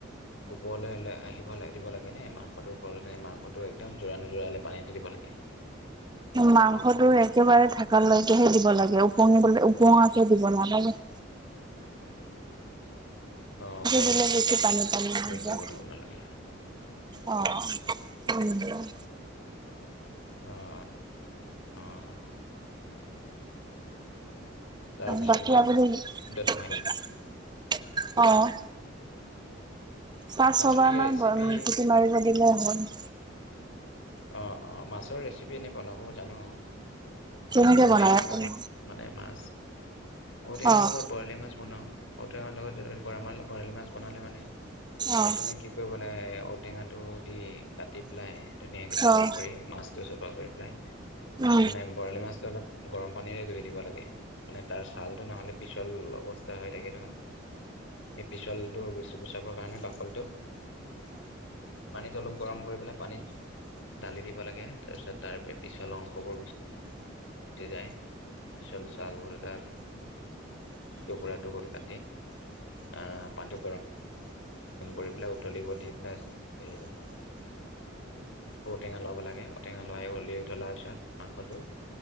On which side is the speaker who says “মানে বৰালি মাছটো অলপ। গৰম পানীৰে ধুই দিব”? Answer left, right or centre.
Left